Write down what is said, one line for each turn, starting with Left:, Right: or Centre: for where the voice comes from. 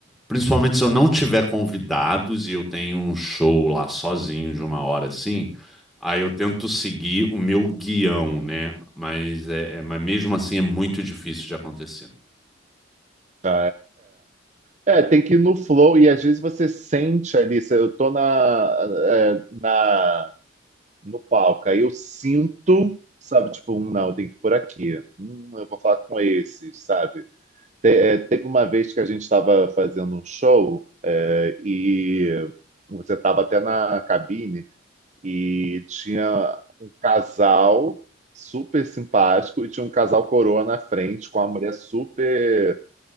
Centre: Principalmente se eu não tiver convidados e eu tenho um show lá sozinho de uma hora assim, aí eu tento seguir o meu guião, né? Mas, é, é- mas mesmo assim é muito difícil de acontecer.
Right: Ah, É, é. É, tem que ir no flow e às vezes você sente ali, se eu tô na, é, na no palco. Aí eu sinto, sabe, tipo, "Hum, não, tem que ir por aqui. Hum, eu vou falar com esses, sabe? Te- é, teve uma vez que a gente estava fazendo um show é, e você estava até na cabine e tinha um casal super simpático e tinha um casal coroa na frente com uma mulher super